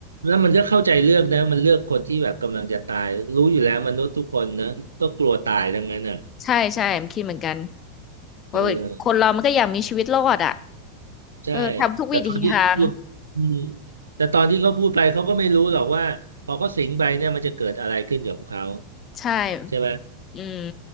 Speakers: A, on the right; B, on the left.
A: แล้วมันก็เข้าใจเลือกนะมันเลือกคนที่แบบกำลังจะตายรู้อยู่แล้วมนุษย์ทุกคนนะก็กลัวตายทั้งนั้นอ่ะ
B: ใช่ใช่ผมคิดเหมือนกันว่าคนเรามันก็อยากมีชีวิตรอดอะ
A: เออ ใช่
B: เออทำทุกวิถีทาง
A: แต่ตอนที่เขาพูดอืมแต่ตอนที่เขาพูดไปเขาก็ไม่รู้หรอกว่าพอเขาสิงไปเนี่ยมันจะเกิดอะไรขึ้นกับเขา
B: ใช่
A: ใช่ไหม
B: อืม